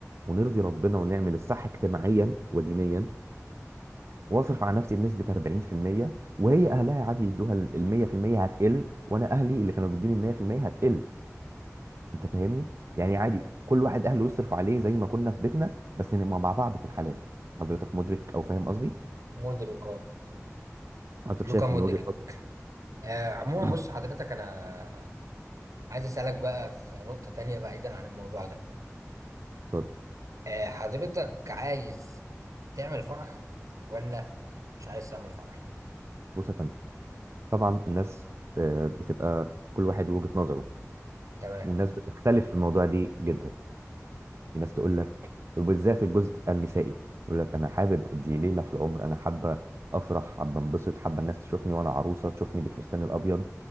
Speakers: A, on the right; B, on the right.
A: ونرضي ربنا ونعمل الصح اجتماعيا ودينيا واصرف على نفسي بنسبه 40% وهي اهلها عادي يدوها ال 100% هتقل وانا اهلي اللي كانوا بيدوني ال 100% هتقل انت فاهمني يعني عادي
B: تمام
A: كل واحد اهله يصرف عليه زي ما كنا في بيتنا بس نبقى مع بعض في الحلال حضرتك مدرك او فاهم قصدي
B: مدرك اه
A: حضرتك
B: لوكا
A: شايف
B: مدرك
A: ان وجهه نظري
B: آه عموما
A: <coughs>
B: بص حضرتك انا عايز اسألك بقى في نقطة تانية بعيدا عن الموضوع ده
A: اتفضل
B: آه، حضرتك عايز تعمل فرح ولا مش عايز تعمل فرح
A: بص يا فندم طبعا الناس آه، بتبقى كل واحد وجهة نظره
B: تمام
A: والناس بتختلف في الموضوع دي جدا في ناس تقول لك وبالذات الجزء النسائي يقول لك انا حابب دي ليلة في العمر انا حابة افرح حابة انبسط حابة الناس تشوفني وانا عروسة تشوفني بالفستان الابيض